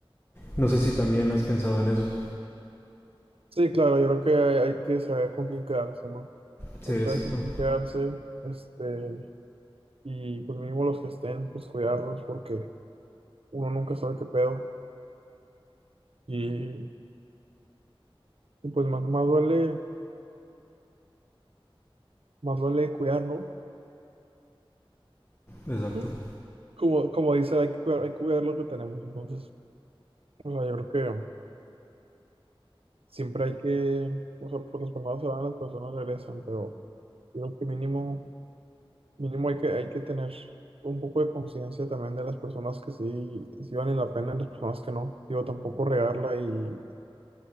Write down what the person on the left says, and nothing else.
No sé si también has pensado en eso.
Sí,
exacto,
exacto,